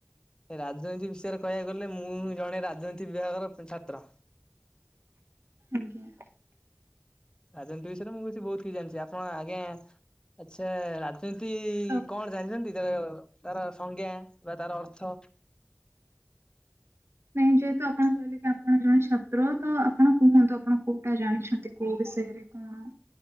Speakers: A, on the left (about 20°); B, on the right (about 75°).
A: ରାଜନୀତି ବିଷୟରେ କହିବାକୁ ଗଲେ ମୁଁ ଜଣେ ରାଜନୀତି ବିଭାଗର ଛାତ୍ର।
B: ଆଜ୍ଞା।
A: ରାଜନୀତି ବିଷୟରେ ମୁଁ କିଛି ବହୁତ କିଛି ଜାଣିଚି। ଆପଣ ଆଜ୍ଞା ଆଚ୍ଛା ସେମିତି
B: ତ
A: କଣ ଜାଣିଛନ୍ତି ତାର ତାର ସଂଜ୍ଞା ବା ତାର ଅର୍ଥ?
B: ନାଇଁ ଯେହେତୁ ଆପଣ କହି ଯେହେତୁ ଆପଣ ଜଣେ ଛାତ୍ର ତ ଆପଣ କୁହନ୍ତୁ ଆପଣ କୋଉଟା ଜାଣିଛନ୍ତି କୋଉ ବିଷୟରେ କଣ?